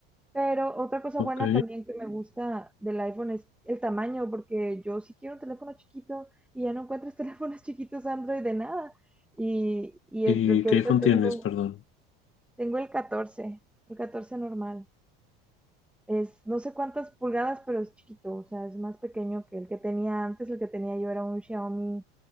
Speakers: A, in the centre; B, on the left (about 45°).
A: Pero otra cosa
B: ok.
A: buena también que me gusta del iPhone es el tamaño, porque yo sí quiero un teléfono chiquito y ya no encuentras <laughs> teléfonos chiquitos Android de nada. Y, y
B: ¿Y
A: es el que
B: qué
A: ahorita
B: iPhone
A: tengo,
B: tienes? Perdón.
A: tengo el 14, el 14 normal. Es no sé cuántas pulgadas, pero es chiquito, o sea, es más pequeño que el que tenía antes. El que tenía yo era un Xiaomi,